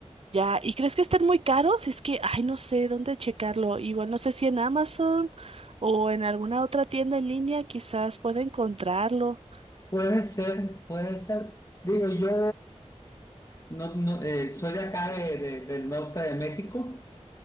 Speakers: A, on the right (about 60°); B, on the left (about 30°).
A: ya, ¿y crees que estén muy caros? Es que, ay, no sé dónde checarlo. Igual no sé si en Amazon o en alguna otra tienda en línea quizás pueda encontrarlo.
B: Puede ser, puede ser. Digo, yo no, no, eh, soy de acá de- de- del norte de México